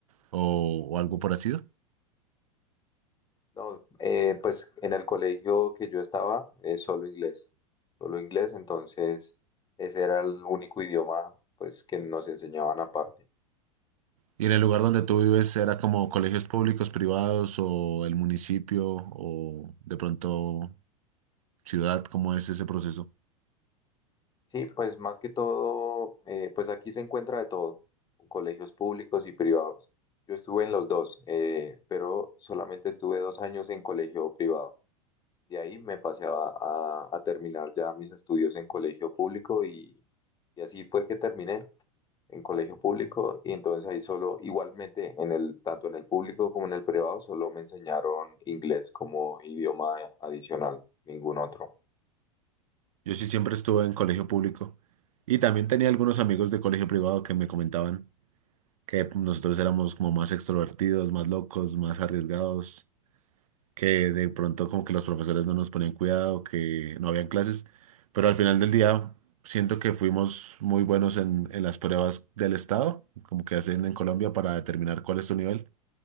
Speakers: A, on the right; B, on the left.
A: o, o algo por así?
B: No, eh, pues en el colegio que yo estaba, eh, solo inglés, solo inglés, entonces ese era el único idioma pues que nos enseñaban aparte.
A: ¿Y en el lugar donde tú vives era como colegios públicos, privados o el municipio o de pronto ciudad? ¿Cómo es ese proceso?
B: Sí, pues más que todo, eh, pues aquí se encuentra de todo, colegios públicos y privados. Yo estuve en los dos, eh, pero solamente estuve dos años en colegio privado. De ahí me pasé a, a- a terminar ya mis estudios en colegio público y, y así fue que terminé en colegio público y entonces ahí solo, igualmente en el, tanto en el público como en el privado, solo me enseñaron inglés como idioma adicional, ningún otro.
A: Yo sí siempre estuve en colegio público y también tenía algunos amigos de colegio privado que me comentaban que nosotros éramos como más extrovertidos, más locos, más arriesgados. que de pronto como que los profesores no nos ponían cuidado, que no habían clases, pero al final del día siento que fuimos muy buenos en, en las pruebas del Estado, como que hacen en Colombia para determinar cuál es tu nivel,